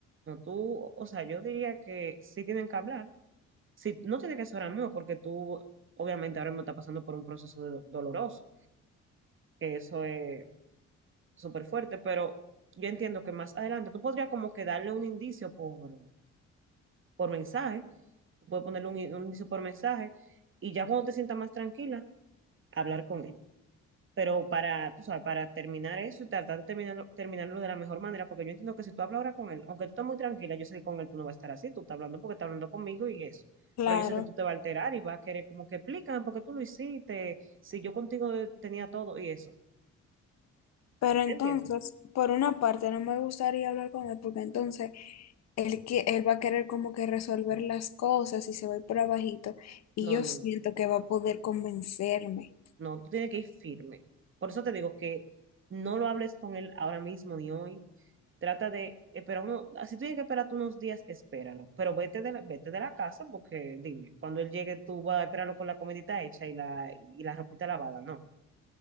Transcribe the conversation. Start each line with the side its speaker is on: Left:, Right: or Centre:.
Right: No, tú, o sea, yo diría que sí tienen que hablar. Sí, no tiene que ser ahora mismo, porque tú, obviamente, ahora mismo estás pasando por un proceso de- doloroso, que eso es súper fuerte, pero yo entiendo que más adelante tú podrías como que darle un indicio por, por mensaje, tú puedes ponerle un, un indicio por mensaje, y ya cuando te sientas más tranquila, hablar con él. Pero para, tú sabes, para terminar eso y tratar de terminarlo, terminarlo de la mejor manera, porque yo entiendo que si tú hablas ahora con él, aunque tú estás muy tranquila, yo sé que con él tú no vas a estar así, tú estás hablando porque estás hablando conmigo y eso.
Left: Claro,
Right: Pero yo sé que tú te vas a alterar y vas a querer como que explícame por qué tú lo hiciste, si yo contigo tenía todo y eso.
Left: pero entonces,
Right: ¿Entiendes?
Left: por una parte, no me gustaría hablar con él porque entonces Él, que- él va a querer como que resolver las cosas y se va a ir por abajito y
Right: No,
Left: yo
Right: no, no.
Left: siento
Right: no.
Left: que va a poder convencerme.
Right: No, tú tienes que ir firme. Por eso te digo que no lo hables con él ahora mismo ni hoy. Trata de esperar uno, ah, si tú tienes que esperar tú unos días, espéralo. Pero vete de la, vete de la casa porque dime, cuando él llegue tú vas a esperarlo con la comidita hecha y la, y la ropita lavada. No.